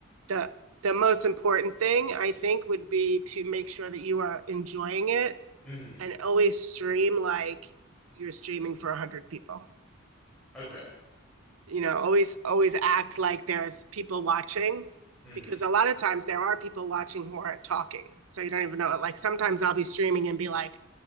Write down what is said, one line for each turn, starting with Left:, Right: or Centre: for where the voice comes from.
Right: the the most important thing I think would be to make sure that you are enjoying it
Centre: Mhm.
Right: and always stream like you're streaming for 100 people.
Centre: Okay.
Right: you know always always act like there's people watching
Centre: Mhm.
Right: because a lot of times there are people watching who aren't talking so you don't even know it like sometimes i'll be streaming and be like